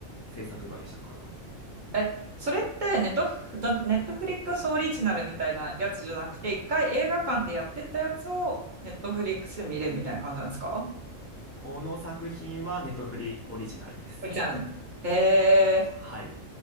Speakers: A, on the left (about 20°); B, on the right (about 45°).
A: 制作会社かな。
B: え、それってネットフ、だネットフリックスオリジナルみたいなやつじゃなくて、一回映画館でやってたやつをネットフリックスで見れるみたいな感じなんですか
A: この作品はネトフリオリジナルです。
B: オリジナルへー、
A: はい。